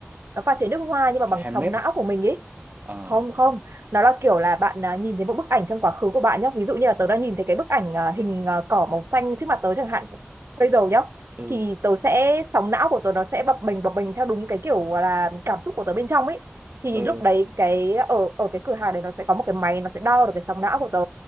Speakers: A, on the right; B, on the right.
A: nó pha chế nước hoa nhưng mà
B: kiểu
A: bằng
B: handmade
A: sóng não
B: à,
A: của mình ấy
B: à
A: không không nó là kiểu là bạn à, nhìn thấy một bức ảnh trong quá khứ của bạn nhé ví dụ như là tớ đã nhìn thấy cái bức ảnh à, hình à, cỏ màu xanh trước mặt tớ chẳng hạn bây giờ nhá
B: ừ
A: thì tớ sẽ sóng não của tớ nó sẽ bập bềnh bập bềnh theo đúng cái kiểu là cảm xúc của tớ bên trong ấy thì
B: ừ
A: lúc đấy cái ở ở cái cửa hàng đấy nó sẽ có một cái máy nó sẽ đo được cái sóng não của tớ